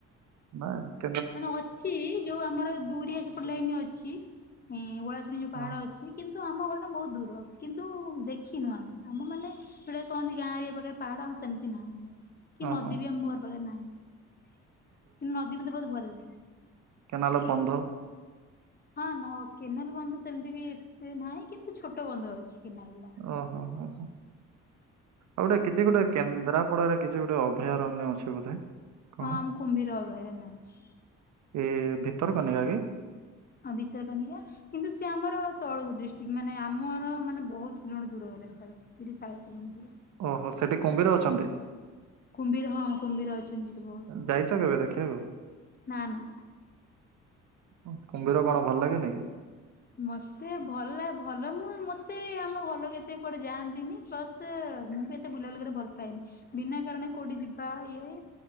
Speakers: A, on the right (about 70°); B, on the left (about 30°).
A: ମାରେ
B: ମାନେ ଅଛି ଯୋଉ ଆମର ଦୁରିଆ ସେପଟ୍ ଲାଇନ୍ ଅଛି ଓଳାଶୁଣି ଯୋଉ ପାହାଡ
A: ହଁ
B: ଅ ଛି କିନ୍ତୁ ଆମ ଘରଠୁ ବହୁତ୍ ଦୂର କିନ୍ତୁ ଦେଖିନୁ ଆମେ ଆମ ମାନେ ସେଟା କହନ୍ତି ଗାଁ ରେ ଏ ପାଖେ ପାହାଡ ଆମ ସେମିତି ନାହିଁ କି ନଦୀ
A: ଓହୋ
B: ବି ଆମ ଘର ପାଖରେ ନାହିଁ କିନ୍ତୁ ନଦୀ ମତେ ବହୁତୁ ଭଲ୍ ଲାଗେ
A: କେନାଲ ବନ୍ଧ
B: ହଁ ନହ କେନାଲ ବନ୍ଧ ସେମିତି ବି ଏତେ ନାହିଁ କିନ୍ତୁ ଛୋଟ ବନ୍ଧ ଅଛି କେନାଲଲା
A: ଓହୋ ହୋ ହୋ। ଆଉ ଗୋଟେ କିଛି ଗୁଟେ କେନ୍ଦ୍ରାପଡାରେ କିଛି ଗୋଟେ ଅଭୟାରଣ୍ୟ ଅଛି ବୋଧେ କଣ
B: ହଁ ଆମ କୁମ୍ଭୀର ଅଭୟାରଣ୍ୟ ଅଛି
A: ଏ ଭିତର କନିକା କି
B: ହଁ ଭିତର କନିକା କିନ୍ତୁ ସେ ଆମର ତଳୁକୁ ଡିଷ୍ଟ୍ରିକ୍ଟ ମାନେ ଆମର ମାନେ ବହୁତ କିଲୋମିଟର ଦୂର ହେଲାଣି ଛାଡ଼ ତିରିଶ ଚାଳିଶ କିଲୋମିଟର ଦୂର
A: ଓହୋ ସେଠି କୁମ୍ଭିର ଅଛନ୍ତି
B: କୁମ୍ଭୀର ହଁ କୁମ୍ଭୀର ଅଛନ୍ତି ସେଠି ବହୁତ୍
A: ଯାଇଚ କେବେ ଦେଖିବାକୁ
B: ନାଁ ନା
A: ଓଃ କୁମ୍ଭୀର କଣ ଭଲ ଲାଗେନିକି
B: ମତେ ଭଲ ଭଲ ମୁଁ ମତେ ବି ଆମ ଘରଲୋକ କେତେ କୁଆଡେ ଯାଆନ୍ତିନି ପ୍ଲସ୍ ସେ ମୁଁ ବି ଏତେ ବୁଲାବୁଲି କରିବାକୁ ଭଲ ପାଏନି ବିନା କାରଣ କୋଉଠି ଯିବା ଇଏ